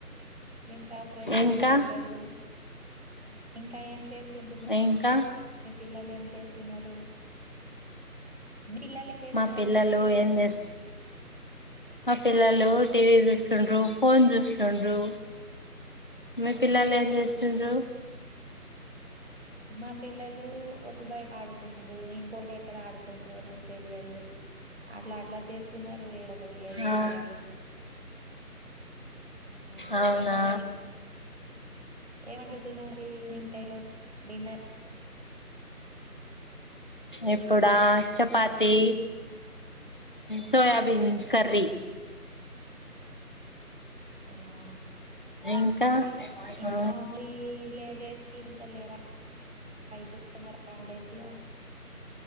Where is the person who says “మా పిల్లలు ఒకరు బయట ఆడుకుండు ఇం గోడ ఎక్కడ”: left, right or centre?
Right